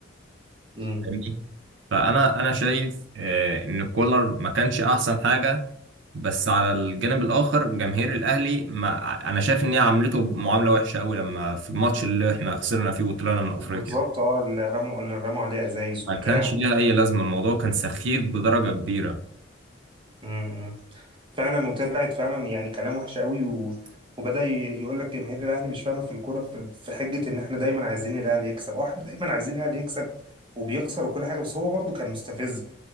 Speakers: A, on the right; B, on the right.
A: مم.
B: فاهمني فانا انا شايف آه، ان كولر ما كانش احسن حاجه بس على الجانب الاخر جماهير الاهلي ما انا شايف ان هي عاملته معامله وحشه قوي لما في الماتش اللي احنا خسرنا فيه وطلعنا من افريقيا
A: بالظبط اه اللي رموا اللي رموا عليه ازايز
B: ما
A: وبتاع
B: كانش ليها اي لازمه الموضوع كان سخيف بدرجه كبيره
A: مم. فعلا وطلعت فعلا يعني كلام وحش قوي و... وبدأ يقول لك جماهير الاهلي مش فاهمه في الكوره في... في حجه ان احنا دايما عايزين الاهلي يكسب اه احنا دايما عايزين الاهلي يكسب وبيخسر وكل حاجه بس هو برضو كان مستفز